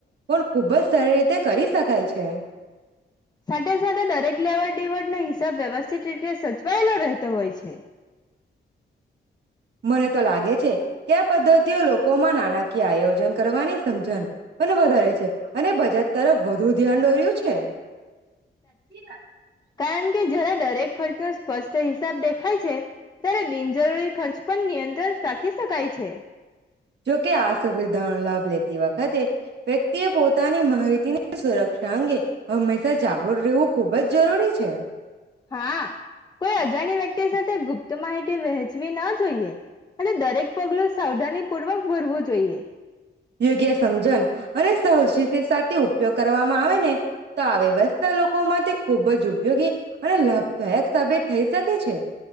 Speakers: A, on the right (about 60°); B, on the left (about 20°).
A: પણ ખૂબજ સારી રીતે કરી શકાય છે.
B: સાથે સાથે દરેક લેવડ દેવડ ના હિસાબ વ્યવસ્થિત રીતે સચવાયેલો રહેતો હોય છે.
A: મને તો લાગે છે કે પદ્ધતિઓ લોકોમાં નાણાકીય આયોજન કરવાની સમજણ. અને વધારે છે અને બજેટ તરફ વધુ ધ્યાન દોર્યું છે. સાચી વાત.
B: કારણ કે જ્યારે દરેક ખર્ચ સ્પષ્ટ હિસાબ દેખાય છે ત્યારે બિનજરૂરી ખર્ચ પણ નિયંત્રણ રાખી શકાય છે.
A: જોકે આ સુવિધાઓ લાભ લેતી તે વખતે વ્યક્તિએ પોતાની માહિતીની સુરક્ષા અંગે હંમેશા જાગૃત રહેવું. ખુબ જ જરૂરી છે.
B: હા કોઈ અજાણી વ્યક્તિ સાથે ગુપ્ત માહિતી વહેંચવી ન જોઈએ. અને દરેક પગલું સાવધાની પૂર્વક ભૂરવું જોઈએ.
A: યોગ્ય સમજન અને સાવચેતી સાથે ઉપયોગ કરવામાં આવે ને તો આ વ્યવસ્થા લોકો માટે ખુબ જ ઉપયોગી અને લાભદાયક સાબિત થઈ શકે છે.